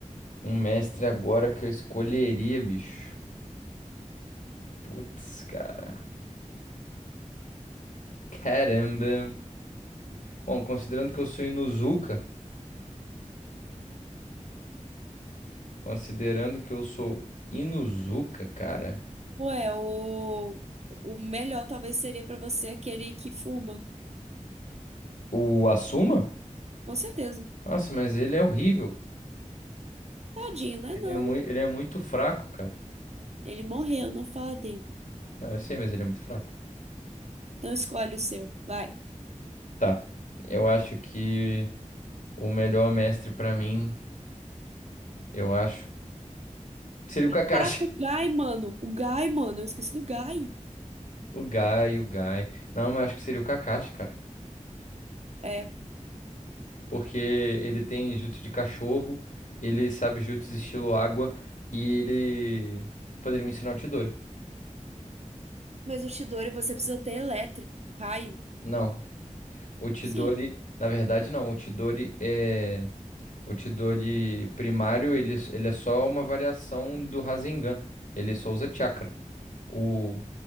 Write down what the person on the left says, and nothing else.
um mestre agora que eu escolheria, bicho. Putz, cara. Caramba. Bom, considerando que eu sou Inuzuka, considerando que eu sou Inuzuka, cara,
o Asuma?
Nossa, mas ele é horrível.
Ele
é, muito ele é muito fraco, cara.
Não, eu sei, mas ele é muito fraco.
Tá, eu acho que o melhor mestre pra mim, eu acho, seria o Kakashi.
<laughs>
O Gai, o Gai. Não, mas acho que seria o Kakashi, cara.
Porque ele tem jutsu de cachorro, ele sabe jutsu estilo água e ele poderia me ensinar o Chidori.
Não. O Tidori,
na verdade, não. O Tidori é. O Tidori primário, ele, ele é só uma variação do Rasengan. Ele só usa chakra. O,